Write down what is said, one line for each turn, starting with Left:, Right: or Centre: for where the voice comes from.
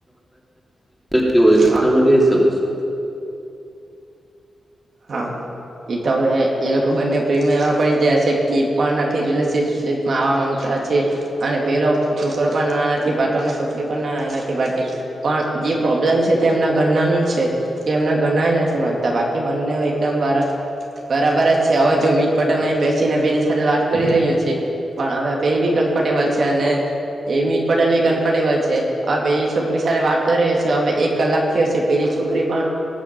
Centre: કેવ હોય
Right: હા
Centre: તમે કહી શક છો.
Right: હા એ તો હવે એ લોકો બંને પ્રેમમાં પડી જાય છે કે પણ નથી રિલેશનશીપમાં આવવા માંગતા અને પેલો છોકરો પણ ના નથી પાડતો અને છોકરી પણ ના નથી પાડતી પણ. એ પ્રોબ્લેમ છે તે એમના ગરના નું જ છે કે એમના ઘરના નથી માનતા બાકી બંને હોય એકદમ બાર બરાબર જ છે હવે જો મીટ પટેલ બેસીને પેલી સાથે વાત કરી રહ્યો છે. પણ હવે પે એ બી કમ્ફર્ટેબલ છે અને એ મીત પટેલ બી કમ્ફર્ટેબલ છે પેલી છોકરી સાથે વાત કર્યો છે, હવે એક કલાક થયો છે, પેલી છોકરી પણ